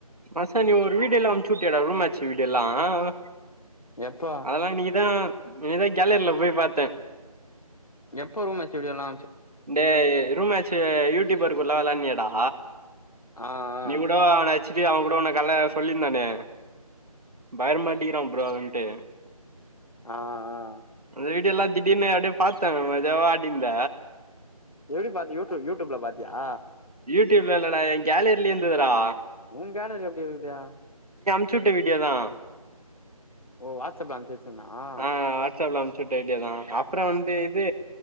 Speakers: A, on the right; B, on the left.
A: மச்சா நீ ஒரு வீடு எல்லா அம்சூட்டேயோ டா ரூமேச்சு வீடு எல்லாம் ஆஹ்ஹ
B: எப்போ
A: அதெல்லா நீங்கதா நீதான் கேலர்ல போய் பாத்தேன்
B: எப்போ ரூம் எத்தது எல்லா
A: இந்த ரூம்மேச்சி யூடியூபர் கூட நள்ளாத விளான்டியா டா
B: ஆஹ்
A: நீ
B: ஆஹ்
A: அச்சிட்டு அவகக்கூட உன்னை காள்ள சொல்லியிருந்தானே பயகரமா அடிக்கிறா ப்ரோ அப்டின்டு
B: ஆஹ் ஆஹ்
A: வீடியோலா திடீர்னு அப்படியே பார்த்த மஜாவா அடி இருந்த
B: எப்படி பாத்த யூடிப் யூடியூப்ல பாத்தியா
A: யூடியூப்ல இல்லடா என் கேலர்லியோ இருந்துதுடா
B: ஊம் கேலரி எப்டி இருக்குதா
A: அம்சுட்ட வீடியோ தான்
B: ஓ வாட்ஸ்அப்ல அம்ச்சு வச்சிருந்தா ஆ
A: ஆஹ் வாட்ஸ்அப்ல அம்ச்சுட்ட வீடியா தான் அப்புறம் வந்து இது